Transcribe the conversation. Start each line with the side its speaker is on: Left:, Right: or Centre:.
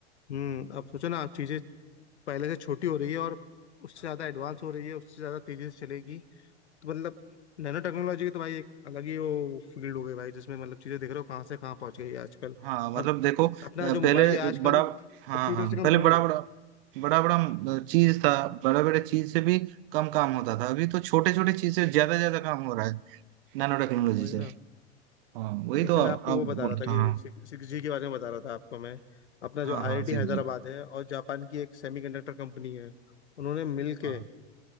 Left: हम्म अब सोचो ना आप चीजें पहले से छोटी हो रही है और उससे ज़्यादा एडवांस हो रही है उससे ज़्यादा तेज़ी से चलेगी तो मतलब नैनो टेक्नोलॉजी की तो भाई एक अलग ही वो फील्ड हो गई भाई जिसमें मतलब चीज़ें देख रहे हो कहाँ से कहाँ पहुँच गई है आजकल
Right: हाँ मतलब
Left: अब
Right: देखो अ,
Left: अपना
Right: पहले
Left: जो मोबाइल है आजकल
Right: बड़ा हाँ
Left: कंप्यूटर
Right: हाँ
Left: से कम
Right: पहले
Left: थोड़ी
Right: बड़ा
Left: है
Right: बड़ा बड़ा बड़ा चीज था बड़ा बड़ा चीज से भी कम काम होता था अभी तो छोटे छोटे चीज से ज्यादा ज्यादा काम हो रहा है नैनो टेक्नोलॉजी
Left: वही
Right: से
Left: ना
Right: हाँ वही
Left: जैसे
Right: तो आप,
Left: मैं आपको
Right: आप
Left: वो बता
Right: बोलते
Left: रहा था कि
Right: हाँ
Left: सिक्स जी के बारे में बता रहा था आपको मैं अपना
Right: हाँ
Left: जो आईआईटी
Right: हाँ सही
Left: हैदराबाद
Right: जी
Left: है और जापान की एक सेमीकंडक्टर कंपनी है उन्होंने मिल
Right: हाँ
Left: के